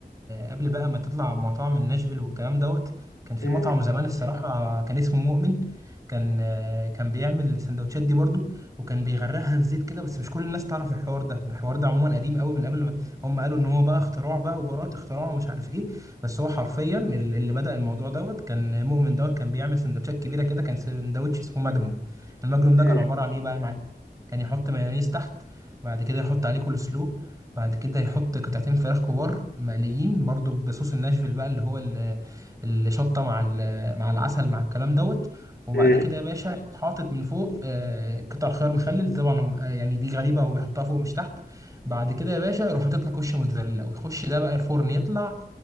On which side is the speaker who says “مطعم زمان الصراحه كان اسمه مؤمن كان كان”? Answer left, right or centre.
Right